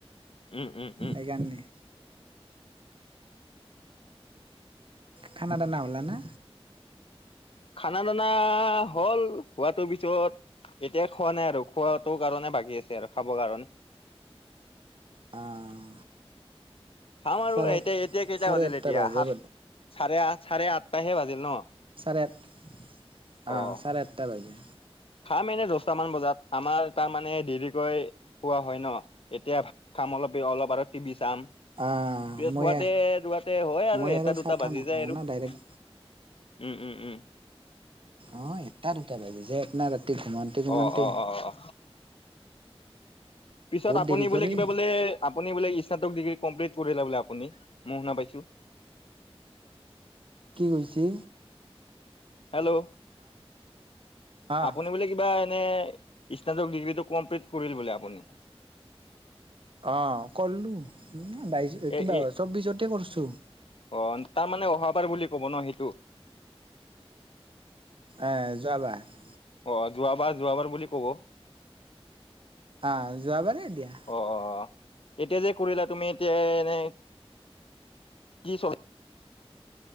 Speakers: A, on the left; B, on the right.
A: উম উম উম
B: সেইকাৰণে। খানা টনা হল না।
A: খানা টানা হ'ল হোৱাটো পিছত এতিয়া খোৱা নাই আৰু খোৱাটো কাৰণে বাকী আছে আৰু খাব কাৰণে।
B: আহ
A: খাম আৰু
B: চাৰে
A: এতিয়া - এতিয়া কেইটা
B: চাৰে
A: বাজিল
B: আঠটা
A: এতিয়া
B: বাজে
A: সাত
B: ব
A: চাৰে আঠ- চাৰে আঠটাহে বাজিল ন।
B: চাৰে আঠ অ,
A: অ
B: চাৰে আঠটা বাজে।
A: খাম এনে দহটামান বজাত আমাৰ তাৰ মানে দেৰিকৈ খোৱা হয় ন এতিয়া ভাত খাম। অলপ বে অলপ আৰু তিবিস যাম
B: অ',
A: প
B: মই
A: হোৱাতে ৰুৱতে হয় আৰু
B: মই
A: এটা
B: চাহ
A: দুটা
B: তাহ
A: বাজি
B: নাখাওঁ
A: যায় আৰু
B: না
A: উ,
B: ডাইৰেক্ট
A: উ, উ।
B: অ' এটা দুটা বাজি যায় আপোনাৰ ৰাতি ঘোমাওতে ঘোমনতে।
A: অ অ অ অ পিছত আপুনি
B: দেৰি
A: বোলে,
B: কৰে
A: কিবা বোলে, আপুনি বোলে স্নাতক ডিগ্ৰী কমপ্লিট কৰিলা বোলে আপুনি মই শুনা পাইছোঁ।
B: কি কৈছি?
A: হেল্ল'
B: অ',
A: আপুনি বোলে কিবা এনে স্নাতক ডিগ্ৰীটো কমপ্লিট কৰিল বোলে আপুনি।
B: অ' কৰিলোঁ। বাইছ
A: এ
B: কিবা
A: এ
B: চৌবিছতে কৰছোঁ।
A: অ' তাৰমানে অহাবাৰ বুলি কব ন হেটো?
B: আ যোৱাবাৰ।
A: অ' যোৱাবাৰ, যোৱাবাৰ বুলি ক'ব।
B: অ' যোৱাবাৰে দিয়া
A: অ', অ', অ'। এতিয়া যে কৰিলা তুমি এতিয়া এনে কি চল